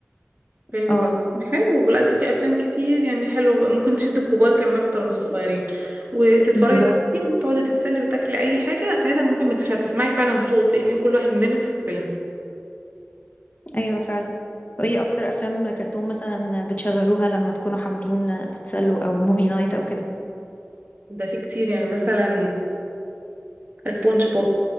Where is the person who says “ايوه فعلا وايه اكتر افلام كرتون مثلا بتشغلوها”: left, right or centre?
Left